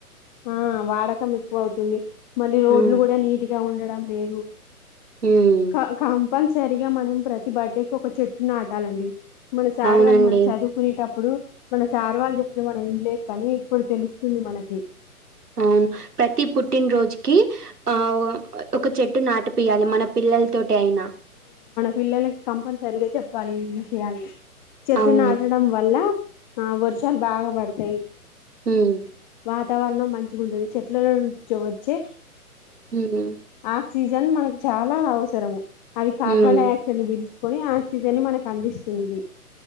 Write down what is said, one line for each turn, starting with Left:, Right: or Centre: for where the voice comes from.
Left: ఆ వాడకం ఎక్కువ అవుతుంది. మళ్ళీ రోడ్లు
Right: ఆ
Left: కూడా నీట్ గా ఉం డం లేదు
Right: ఉమ్
Left: కా కామ్ తప్పనిసరిగా మనం ప్రతి బర్త్డేకి ఒక చెట్టు నాటాలండి. మనసు సార్
Right: అవునండి
Left: వాల్ మనం చదువుకునేటప్ ఇప్పుడు మన సార్ వాళ్ళు చెప్తే మనం ఇంలేదు కానీ ఇప్పుడు తెలుస్తుంది మనకి
Right: అవును ప్రతి పుట్టినరోజుకి ఆ ఒక చెట్టు నాటిపియాలి మన పిల్లలతో చైనా
Left: పిల్లకి కంపల్సరిగా చెప్ప ప్పాలి ఈ విషయాలు చెట్లు
Right: అవును
Left: నాటడం వల్ల ఆ వర్షాలు బాగా పడతాయి
Right: ఉమ్
Left: వాతావరణం మంచిగ ఉంటది చెట్లలలోంచి వచ్చే
Right: హ్మ్
Left: ఆ సీజన్ మనకు చాలా అవసరము అవి కార్బన్
Right: హ్మ్.
Left: డైయాక్సైడ్ ని పీల్ కొని ఆక్సిజన్ మనకు అందిస్తుంది